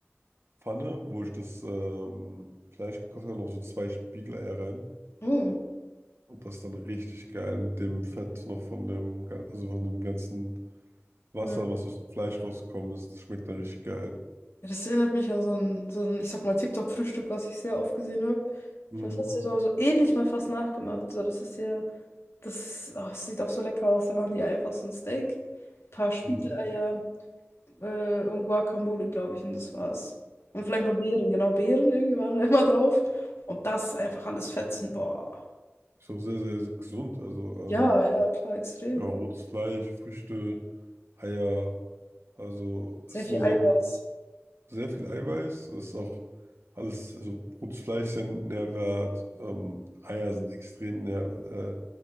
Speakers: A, on the right; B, on the left.
A: Pfanne, wo ich das ähm, Fleisch gekocht habe, noch so zwei Spiegeleier rein.
B: Oh.
A: Und das ist dann richtig geil mit dem Fett noch von dem, ga- also von dem ganzen Wasser,
B: Ja.
A: was aus dem Fleisch rausgekommen ist. Das schmeckt dann richtig geil.
B: Ja, das erinnert mich an so ein, so ein, ich sag mal, TikTok-Frühstück, was ich sehr oft gesehen habe.
A: Mhm.
B: Ich glaube, das hast du ja so, so ähnlich mal fast nachgemacht. So, das ist ja, das, oh, das sieht auch so lecker aus. Da machen die einfach so ein Steak, ein paar Spiegeleier,
A: Mhm.
B: äh, und Guacamole, glaube ich, und das war's. Und vielleicht noch Beeren, genau, Beeren irgendwie waren da <laughs> immer drauf. Und das einfach alles fetzen, boah.
A: Ist auch sehr, sehr gesund. Also ähm,
B: Ja, ja, klar, extrem.
A: ja, rotes Fleisch, Früchte, Eier. Also
B: Sehr
A: ist
B: viel
A: eine
B: Eiweiß.
A: sehr gute, sehr viel Eiweiß. Ist auch alles, also rotes Fleisch ist ja nährwert. Ähm, Eier sind extrem nähr, äh,